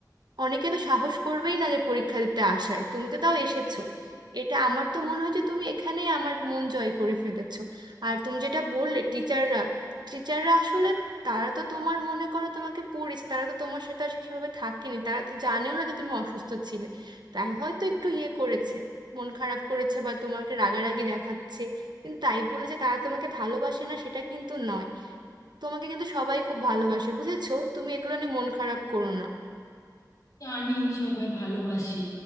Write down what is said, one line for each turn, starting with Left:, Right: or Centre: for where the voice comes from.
Right: অনেকে তো সাহস করবেই না যে পরীক্ষা দিতে আসার তুমি তো তাও এসেছো এটা আমার তো মনে হয় যে তুমি এখানেই আমার মন জয় করে ফেলেছো আর তুমি যেটা বললে টিচাররা টিচাররা আসলে তারা তো তোমার মনে করো তোমাকে পড়িয়েছে তারা তো তোমার সাথে আর সেভাবে থাকেনি তারা তো জানেও না যে তুমি অসুস্থ ছিলে তাই হয়তো একটু ইয়ে করেছে মন খারাপ করেছে বা তোমাকে রাগারাগি দেখাচ্ছে কিন্তু তাই বলে যে তারা তোমাকে ভালোবাসে না সেটা কিন্তু নয় তোমাকে কিন্তু সবাই খুব ভালোবাসে বুঝেছো তুমি এগুলো নিয়ে মন খারাপ করো না
Left: জানি সবাই ভালোবাসে